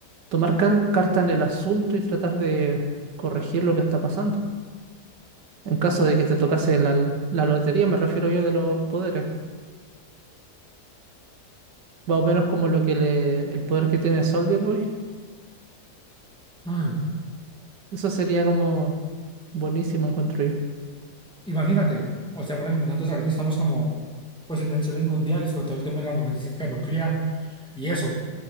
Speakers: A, on the right; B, in the centre.
A: tomar ca- carta en el asunto y tratar de corregir lo que está pasando. En caso de que te tocase la, la lotería, me refiero yo de los poderes. Más o menos como lo que le, el poder que tiene Soldier Boy.
B: Mm.
A: Eso sería como buenísimo, encuentro yo.
B: Imagínate, o sea, por ejemplo, nosotros ahorita estamos como, pues en tensiones mundiales, con todo el tema de la armamentística nuclear y eso.